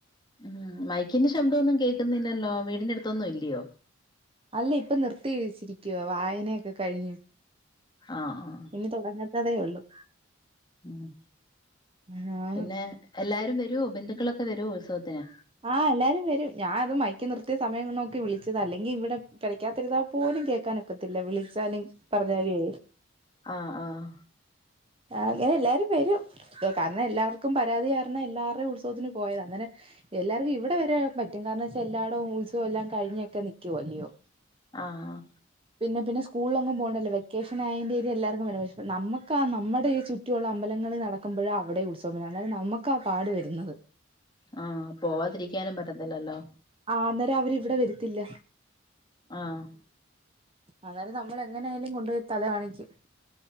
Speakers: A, on the left; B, on the right.
A: ഊം. മൈക്കിന്റെ ശബ്ദമൊന്നും കേക്കുന്നില്ലല്ലോ? വീടിന്റെ അടുത്തൊന്നും ഇല്ലയോ?
B: അല്ല ഇപ്പം നിർത്തി വച്ചിരിക്കുവാ. വായനയൊക്കെ കഴിഞ്ഞ്.
A: ആഹ് ആഹ്
B: ഇനി തുടങ്ങത്തതേ ഉള്ളൂ
A: ഉം.
B: ആഹ്
A: പിന്നെ എല്ലാരും വരുവോ ബന്ധുക്കളൊക്കെ വരുവോ ഉത്സവത്തിന്
B: ആഹ് എല്ലാരും വരും ഞാനത് മൈക്ക് നിർത്തിയ സമയം നോക്കി വിളിച്ചതാ അല്ലെങ്കി ഇവടെ പെരയ്ക്കാത്തിരിന്നാ പോലും കേക്കാനൊക്കത്തില്ല വിളിച്ചാലും പറഞ്ഞാല്വേ.
A: ആഹ് ആഹ്
B: അങ്ങനെ എല്ലാരും വരും കാരണം എല്ലാവർക്കും പരാതി കാരണം എല്ലാർടെയും ഉത്സവത്തിന് പോയതാ അങ്ങനെ എല്ലാർക്കും ഇവടെ വരാൻ പറ്റും. കാരണം വെച്ചാ എല്ലാടോം ഉത്സവെല്ലാം കഴിഞ്ഞൊക്കെ നിക്കു അല്ലയോ.
A: ആഹ്
B: പിന്നെ പിന്നെ സ്കൂളിലൊന്നും പോണ്ടല്ലോ വെക്കേഷൻ ആയേന്റെ പേരിൽ എല്ലാർക്കും വരാ. പക്ഷെ നമക്കാ നമ്മുടെ ഈ ചു റ്റു ഉള്ള അമ്പലങ്ങളിൽ നടക്കുമ്പഴാ അവിടെയും ഉത്സവം വരുന്നത്. അന്നേരം നമുക്കാ പാട് വരുന്നത്.
A: ആഹ് പോവാതിരിക്കാനും പറ്റത്തില്ലല്ലോ
B: ആഹ് അന്നേരം അവരിവിടെ വെരത്തില്ല
A: ആഹ്
B: അന്നേരം നമ്മൾ എങ്ങനെ ആയാലും കൊണ്ടോയി തല കാണിക്കും.